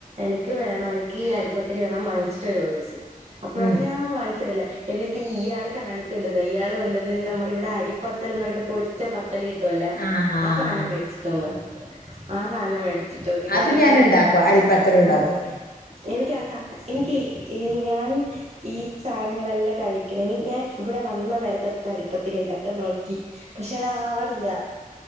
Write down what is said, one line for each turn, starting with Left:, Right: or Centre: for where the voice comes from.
Right: എനി ട്ട് വേണം എനിക്കീ അരിപ്പത്തിരി വേണം വാങ്ങിച്ചിട്ടരോയ്ച്ച് അപ്പോഴണ്
Left: ഉം
Right: ഞാവാങ്ങിച്ചരാലോ എന്നിട്ട് ഇയാൾ കാണിച്ചെന്താണ് അയാൾ കൊണ്ടന്ന് നമ്മള് ഇവിടെ അരിപ്പത്തൽ എന്ന് പറഞ്ഞട്ട് പൊരിച്ച പത്തൽ ഇട്ട് കിട്ടുല്ല
Left: ആഹ്
Right: ആ സാധനം മേടിച്ചിട്ടൊന്ന്. ആ സാധനം മേടിച്ചിട്ടൊന്ന
Left: അത്
Right: ഞാൻ ഞ
Left: ഉണ്ടാക്കും അരിപ്പത്തല്
Right: <unintelligible>
Left: ഉണ്ടാക്കും
Right: എനിക്ക് ആ സാ എനിക്ക് ഞാൻ ഈ സാധനങ്ങളെല്ലാം കഴിക്ക്ണ <unintelligible> ഇവിടെ വന്ന നേരത്തെ കരിപ്പത്തിരി ഉണ്ടാക്കെ നോക്കി പക്ഷേ അതാവണില്ല.